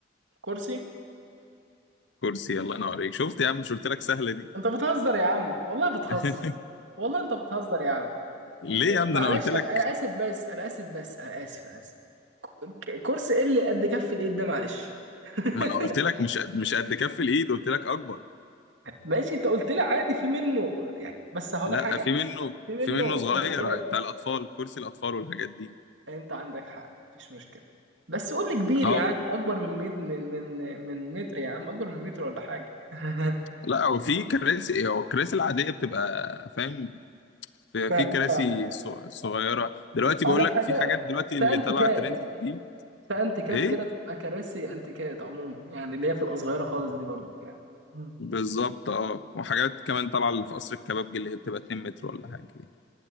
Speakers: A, on the right; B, on the left.
A: كرسي
B: كرسي يلا انا اوريك شفت يا عم مش قلت لك سهله دي
A: انت بتهزر يا عم والله بتهزر
B: <laughs>
A: والله انت بتهزر يا عم
B: ليه
A: و-
B: يا عم
A: ومعلش
B: ده انا قلت لك
A: انا أنا اسف بس انا اسف بس انا اسف انا اسف ك- كرسي ايه اللي قد كف الايد ده معلش <laughs>
B: ما انا قلت لك مش قد- مش قد كف الايد قلت لك اكبر
A: ماشي انت قلت لي عادي في منه يعني بس هقول
B: لا
A: لك حاجه
B: في منه
A: في منه
B: في منه صغير
A: انتيكات
B: بتاع الاطفال كرسي الاطفال والحاجات دي
A: انت عندك حق مفيش مشكله بس قول لي كبير
B: اه
A: يا عم اكبر من مت... من من من متر يا عم اكبر من متر ولا حاجه <laughs>
B: لا هو في كراسي هو الكراسي العاديه بتبقى فاهم في
A: فاهمك
B: في كراسي
A: فاهم
B: ص- صغيره دلوقتي
A: اقول
B: بقول
A: لك
B: لك
A: حاجه
B: في حاجات دلوقتي
A: في
B: اللي
A: انتيكات
B: طلعت ترند جديد
A: في انتيكات
B: ايه
A: كده بتبقى كراسي انتيكات عموما يعني اللي هي بتبقى صغيره خالص دي برضو يعني مم.
B: بالظبط اه وحاجات كمان طالعه اللي في قصر الكبابجي اللي هي بتبقى 2 متر ولا حاجه دي